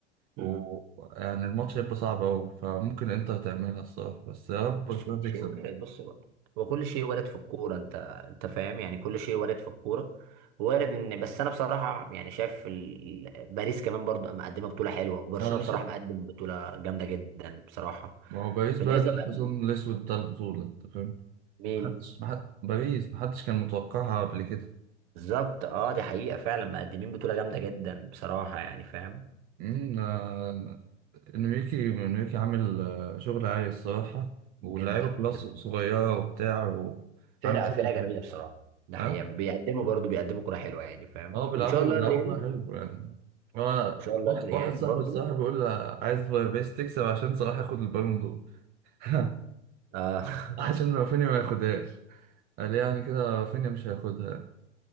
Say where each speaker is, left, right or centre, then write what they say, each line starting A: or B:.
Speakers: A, on the right; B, on the right.
A: ويعني
B: امم
A: الماتش هيبقى صعب أوي فممكن إنتر تعملها الصراحة بس يا رب برشلونة
B: بس كل
A: تكسب
B: شيء وارد بص بقى هو كل شيء وارد في الكورة انت انت فاهم يعني كل شيء وارد في الكورة وارد ان بس انا بصراحة يعني شايف ال- باريس كمان برضه مقدمة بطولة حلوة وبرشلونة
A: أه أنا شايف
B: بصراحة مقدم بطولة جامدة جدا بصراحة
A: ما هو باريس
B: بالنسبة
A: بقى ده
B: بقى
A: الحصان الأسود بتاع البطولة أنت فاهم
B: مين
A: محدش محد... باريس محدش كان متوقعها قبل كده
B: بالظبط اه دي حقيقة فعلا مقدمين بطولة جامدة جدا بصراحة يعني فاهم
A: أمم، آه، إنريكي إنريكي عامل آه، شغل عالي الصراحة واللعيبة
B: جدا
A: كلها
B: جدا
A: ص- صغيرة وبتاع وعامل
B: فرقة
A: شغل
B: فرقة
A: حلو
B: جميلة بصراحة ده
A: أه
B: حقيقة بيقدموا برضه بيقدموا كرة حلوة يعني فاهم
A: أه بيلعبوا
B: وان شاء الله
A: بيلعبوا
B: الريال
A: كورة حلو يعني أنا
B: ان شاء الله
A: واحد
B: الريال
A: واحد صاحبي
B: برضه
A: الصراحة بيقول لي عايز باريس تكسب عشان صلاح ياخد البالون دور <laughs>
B: آه
A: عشان
B: <laughs>
A: رافينيا ما ياخدهاش قال يعني كده رافينيا مش هياخدها